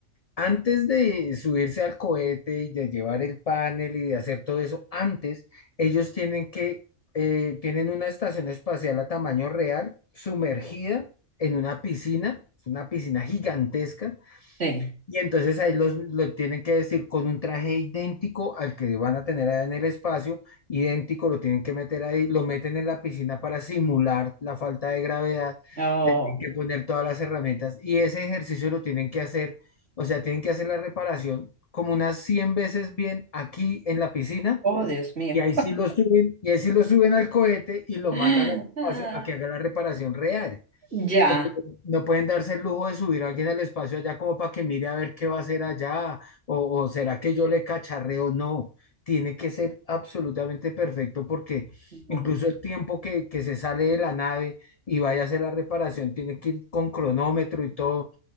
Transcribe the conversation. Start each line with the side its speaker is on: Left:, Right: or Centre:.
Left: Antes de subirse al cohete y de llevar el panel y de hacer todo eso, antes ellos tienen que, eh, tienen una estación espacial a tamaño real, sumergida en una piscina, es una piscina gigantesca,
Right: sí.
Left: y entonces ahí los, lo tienen que vestir con un traje idéntico al que van a tener allá en el espacio, idéntico, lo tienen que meter ahí, lo meten en la piscina para simular la falta de gravedad,
Right: Oh,
Left: le tienen que poner todas las herramientas y ese ejercicio lo tienen que hacer, o sea, tienen que hacer la reparación como unas 100 veces bien aquí en la piscina
Right: oh, Dios mío.
Left: y ahí sí lo suben, y ahí sí lo suben al cohete y lo
Right: <laughs>
Left: mandan al espacio a que haga la reparación real
Right: Ya.
Left: porque no pueden darse el lujo de subir a alguien al espacio allá como para que mire a ver qué va a hacer allá, o, o será que yo le cacharreo, no. Tiene que ser absolutamente perfecto porque
Right: Ujú.
Left: incluso el tiempo que, que se sale de la nave y vaya a hacer la reparación tiene que ir con cronómetro y todo.